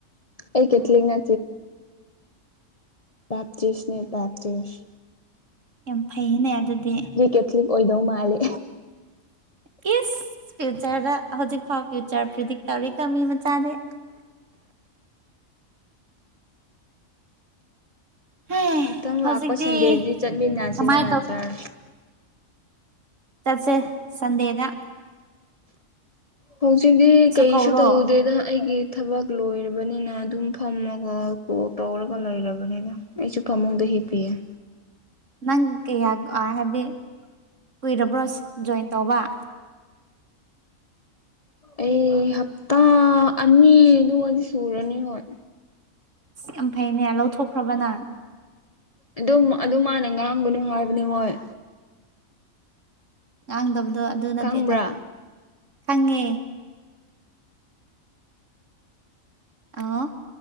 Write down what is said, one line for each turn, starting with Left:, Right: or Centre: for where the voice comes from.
Left: ꯑꯩ ꯀꯇꯂꯤ ꯅ ꯄꯦꯞꯇꯤꯁꯅꯦ ꯄꯦꯞꯇꯤꯁ
Right: ꯌꯥꯝ ꯐꯩꯅꯦ ꯑꯗꯨꯗꯤ
Left: ꯀꯦꯊꯂꯤꯛ ꯑꯣꯏꯗꯧ ꯃꯥꯜꯂꯦ
Right: ꯀ ꯐꯤꯌꯨꯆꯔꯗ ꯍꯧꯖꯤꯛ ꯐꯥꯎ ꯐ꯭ꯌꯨꯆꯔ ꯄ꯭ꯔꯤꯗꯤꯛ ꯇꯧꯔꯤ ꯀ ꯃꯤ ꯃꯆꯥꯅꯤ ꯍꯩ
Left: ꯃꯨꯊꯪ
Right: ꯍꯧꯖꯤꯛꯇꯤ
Left: ꯂꯥꯛꯄ ꯁꯟꯗꯦꯁꯤꯗꯤ ꯆꯠꯃꯤꯟꯅꯁꯤꯅ
Right: ꯀꯃꯥꯏ
Left: ꯆꯥꯔ
Right: ꯆꯁꯦ ꯁꯗꯦꯗ
Left: ꯍꯧꯖꯤꯛꯇꯤ ꯀꯩꯁꯨ
Right: ꯀꯧꯔꯣ
Left: ꯇꯧꯍꯧꯗꯦꯗ ꯑꯩꯒꯤ ꯊꯕꯛ ꯂꯣꯏꯔꯕꯅꯤꯅ ꯑꯗꯨꯝ ꯐꯝꯃꯒ ꯀꯣ ꯇꯧꯔꯒ ꯂꯩꯔꯕꯅꯤꯅ ꯑꯩꯁꯨ ꯐꯝꯃꯧꯗꯣꯏ ꯏ ꯄꯤ ꯑꯦ
Right: <unintelligible> <inaudible> ꯅꯪ ꯀꯩꯌꯥ ꯍꯥꯏꯗꯤ ꯀꯨꯏꯔꯕ꯭ꯔꯣ ꯖꯣꯏꯟ ꯇꯧꯕ <unintelligible> <inaudible>
Left: ꯑꯩ ꯍꯞꯇꯥ ꯑꯅꯤ ꯑꯗꯨ ꯑꯣꯏꯗꯤ ꯁꯨꯔꯅꯤ ꯍꯣꯏ
Right: ꯌꯥꯝ ꯐꯩꯅꯦ ꯂꯧꯊꯣꯛꯈ꯭ꯔꯕꯅ
Left: ꯑꯗꯨꯝ ꯑꯗꯨ ꯃꯥꯅ ꯉꯥꯡꯒꯅꯨ ꯍꯥꯏꯕꯅꯤ ꯃꯣꯏ
Right: ꯉꯥꯡꯗꯕꯗꯣ ꯑꯗꯨ ꯅꯠꯇꯦꯗ
Left: ꯈꯪꯕ꯭ꯔꯥ
Right: ꯐꯉꯦ ꯑꯥ